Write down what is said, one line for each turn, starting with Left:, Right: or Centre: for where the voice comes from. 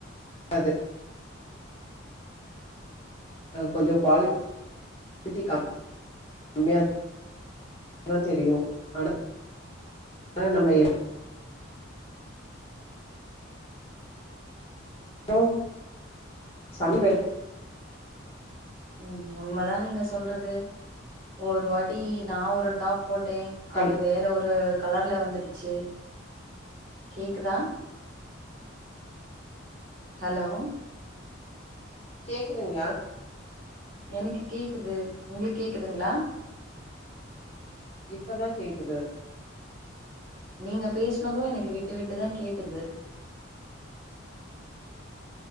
Left: காது அ கொஞ்சோ குவாலி டி கம் கம்மியா தா தெரியு ஆனா ஆனா நம்ம எப் ப்றோ சமி வே
Right: உம் உம் உண்மதா நீங்க சொல்றது ஒரு வாட்டி நா ஒரு டாப் போட்டே
Left: ஹலோ
Right: அது வேற ஒரு கலர்ல வந்துட் ச்சு கேக்குதா ஹலோ
Left: கேக்குதுங்களா
Right: எனக்கு கேக்குது உங்களுக் கேக்குதுங்களா
Left: இப்பதா கேக்குது
Right: நீங்க பேசுனது எனக்கு விட்டு விட்டு தா கேட்டுது